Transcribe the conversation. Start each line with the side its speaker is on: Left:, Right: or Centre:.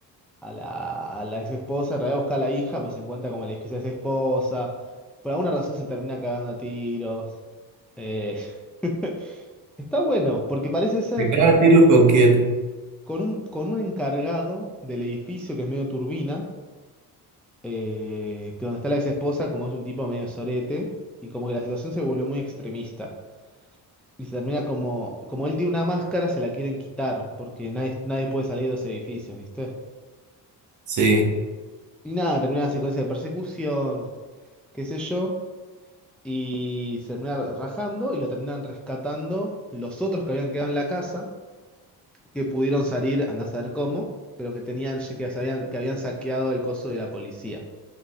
Centre: a la, a la ex esposa, en realidad busca a la hija, pues se encuentra como en el edificio de esa esposa. Por alguna razón se termina cagando a tiros. Eh, <laughs> está bueno, porque parece ser
Right: ¿Se cada tiro con quién?
Centre: con un, con un encargado del edificio que es medio turbina, eh, que donde está la ex esposa, como es un tipo medio sorete, y como que la situación se volvió muy extremista. Y se termina como, como él tiene una máscara, se la quieren quitar, porque nadie, nadie puede salir de los edificios, ¿viste?
Right: Sí.
Centre: Y nada, termina la secuencia de persecución, qué sé yo, y se termina rajando y lo terminan rescatando los otros que habían quedado en la casa, que pudieron salir, anda a saber cómo, pero que tenían, que sabían, que habían saqueado el coso de la policía.